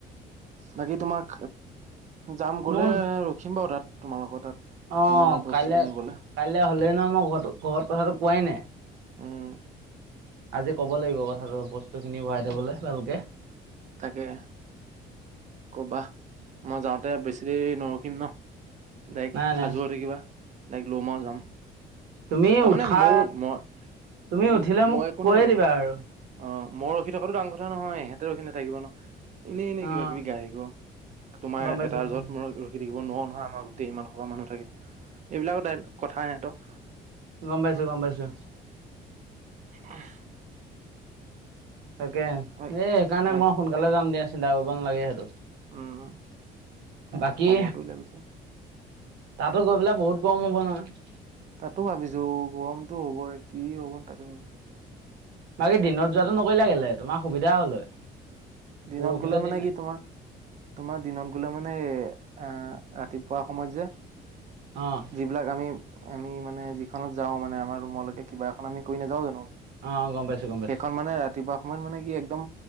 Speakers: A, on the right; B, on the right.
A: বাকী তোমাক যাম
B: মোৰ
A: গ'লে ৰখিম বাৰু তাত তোমালোকৰ তাত।
B: অ,
A: তোমাৰ বস্তুটো
B: কাইলে
A: নিবলৈ
B: -কাইলে হলেই নহয় মই ঘৰতো ঘৰত কথাটো কোৱাই নাই।
A: উম,
B: আজি ক'ব লাগিব কথাটো বস্তুখিনি ভৰাই থবলে ভালকে।
A: তাকে। ক'বা মই যাওঁতে বেছি দেৰি নৰখিম ন' ডাইৰেক্ট
B: নাই নাই
A: সাজু হৈ থাকিবা। তাইক ল'ম আও যাম।
B: তুমি
A: হ
B: উঠা
A: মানে মোৰ মই
B: তুমি উঠিলে
A: মো
B: মোক
A: মই একো
B: কৈয়ে
A: নাই বাৰু।
B: দিবা আৰু
A: অ, মই ৰখি থকাটো ডাঙৰ কথা নহয় এহেতে ৰখি নাথাকিব ন'। এনেই এনে
B: অঁ
A: কিবা -কিবি গাই থাকিব তোমাৰ
B: গম পাইছোঁ
A: এটা
B: গম
A: য'ত
B: পাইছোঁ
A: মোৰ ৰখি থাকিব নোৱাৰো নহয় আমাৰ গোটেই ইমান সবা মানুহ থাকে এইবিলাকৰ দায়ী কথা সেহেটো
B: গম পাইছোঁ - গম পাইছোঁ।
A: <unintelligible>
B: তাকে এই
A: আমাক
B: সেইকাৰণে
A: আমাক
B: মই সোনকালে যাম দিয়া চিন্তা কৰিব নালাগে সেইটো।
A: উম, তাই
B: বাকী
A: সময়টো উলিয়া পিছে।
B: তাতো গৈ পেলাই বহুত গৰম হ'ব নহয়।
A: তাতো ভাবিছোঁ গৰমটো হ'বই কি হ'ব তাকে ভাব
B: বাকী দিনত যোৱাটো নকৰিলা কেলেই তোমাৰ সুবিধা হ'ল হয়।।
A: দিনত
B: পৰহিলৈ
A: গ'লে মানে
B: দিন
A: কি তোমাৰ তোমাৰ দিনত গ'লে মানে এই আহভৰাতিপুৱা সময়ত যে
B: অ',
A: যিবিলাক আমি -আমি মানে যিখনত যাওঁ মানে আমাৰ ৰুমলেকে কিবা এখন আমি কৰি নেযাও জানো।
B: অঁ গম পাইছোঁ গম পাইছোঁ
A: সেখন মানে ৰাত ৰাতিপুৱা সময়ত মানে কি একদম